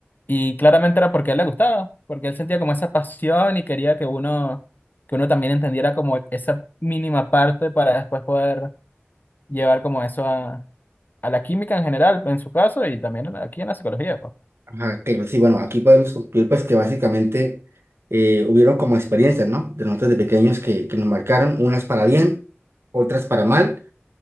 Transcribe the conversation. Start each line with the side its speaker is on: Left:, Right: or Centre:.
Left: Y claramente era porque a él le gustaba, porque él sentía como esa pasión y quería que uno, que uno también entendiera como esa mínima parte para después poder llevar como eso a, a la química en general, en su caso, y también aquí en la psicología, pues.
Right: Ajá, claro, sí, bueno, aquí podemos concluir pues que básicamente eh, hubieron como experiencias, ¿no? De nosotros de pequeños que, que nos marcaron, unas para bien, otras para mal,